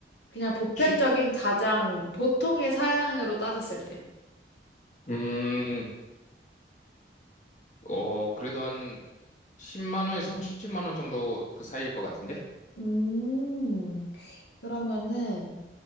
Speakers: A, on the left; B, on the left.
A: 그냥 보편적인
B: 쉽,
A: 가장 보통의 사양으로 따졌을 때.
B: 음, 어, 그래도 한 10만 원에서 30만 원 정도 그 사이일 것 같은데?
A: 음, 그러면은,